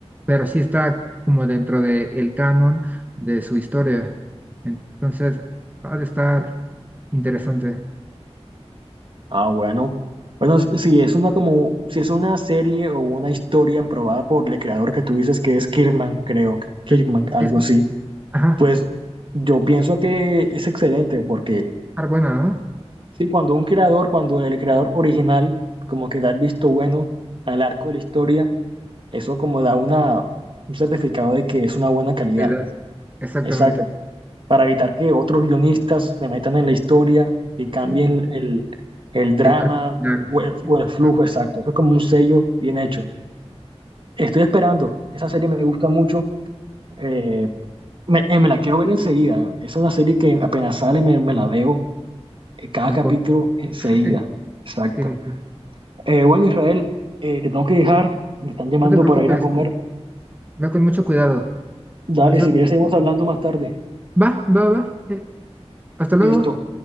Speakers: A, on the right; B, on the right.
A: pero sí está como dentro del canon de su historia. Entonces, ha de estar interesante.
B: Ah, bueno. Bueno, s- si es una como, si es una serie o una historia aprobada por el creador que tú dices que es Kirkman, creo, Kirkman,
A: Sí,
B: algo
A: sí, sí.
B: así,
A: Ajá,
B: pues yo pienso que es excelente porque
A: estar buena, ¿no?
B: sí, cuando un creador, cuando el creador original como que da el visto bueno al arco de la historia, eso como da una, un certificado de que es una buena calidad.
A: Seguridad. Exactamente.
B: Exacto. para evitar que otros guionistas se metan en la historia y cambien
A: sí.
B: el, el drama
A: El arco final.
B: o el,
A: está
B: o el flujo exacto. Eso es como un sello bien hecho. Estoy esperando, esa serie me gusta mucho, eh, me, eh, me la quiero ver enseguida. Es una serie que apenas sale me, me la veo eh, cada
A: En...
B: capítulo
A: cor-
B: enseguida.
A: <laughs> sí,
B: Exacto.
A: sí, sí.
B: Eh, bueno, Israel, eh, te tengo que dejar, me están llamando
A: No te preocupes.
B: para ir a comer.
A: Ve con mucho cuidado.
B: Dale,
A: Nos
B: si
A: vemos.
B: quieres seguimos hablando más tarde.
A: Va, va, va. Eh, hasta luego.
B: Listo.